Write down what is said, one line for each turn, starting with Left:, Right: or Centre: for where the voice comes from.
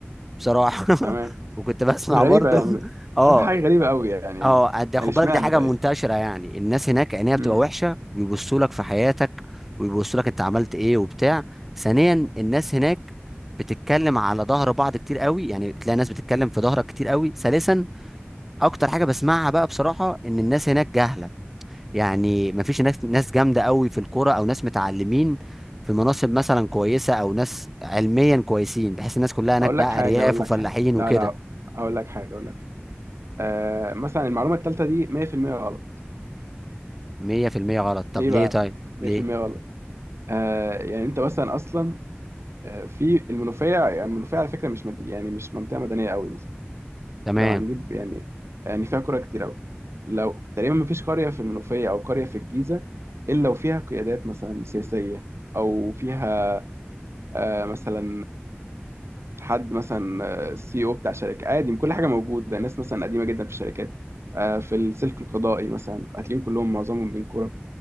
Centre: بصراحه <laughs>
Right: تمام
Centre: وكنت بسمع
Right: غريبة
Centre: برضو
Right: يعني
Centre: <laughs> اه
Right: شوف حاجة غريبة قوي يعني
Centre: اه هت- خد
Right: يعني اشمعنى
Centre: بالك دي حاجه
Right: طيب
Centre: منتشره يعني الناس هناك عينيها
Right: مم.
Centre: بتبقى وحشه ويبصوا لك في حياتك ويبصوا لك انت عملت ايه وبتاع ثانيا الناس هناك بتتكلم على ظهر بعض كتير قوي يعني تلاقي ناس بتتكلم في ظهرك كتير قوي ثالثا اكتر حاجه بسمعها بقى بصراحه ان الناس هناك جاهله يعني مفيش ناس ناس جامده قوي في الكوره او ناس متعلمين في مناصب مثلا كويسه او ناس علميا كويسين بحيث الناس كلها هناك
Right: اقول
Centre: بقى
Right: لك حاجه
Centre: ارياف
Right: اقول
Centre: وفلاحين
Right: لك حاجه لا
Centre: وكده
Right: لا اقول لك حاجه اقول لك حاجه آه مثلا المعلومه الثالثه دي 100% غلط
Centre: 100% غلط طب
Right: ليه
Centre: ليه
Right: بقى
Centre: طيب ليه
Right: 100% غلط آه يعني انت مثلا اصلا آه، في المنوفيه يعني المنوفيه على فكره مش مد... يعني مش منطقه مدنيه قوي مثلا
Centre: تمام
Right: لو هنجيب يعني يعني فيها قرى كتير قوي لو تقريبا ما فيش قريه في المنوفيه او قريه في الجيزه الا وفيها قيادات مثلا سياسيه او فيها آه مثلا حد مثلا سي او بتاع شركه عادي كل حاجه موجوده ناس مثلا قديمه جدا في الشركات آه، في السلك القضائي مثلا هتلاقيهم كلهم معظمهم من كوره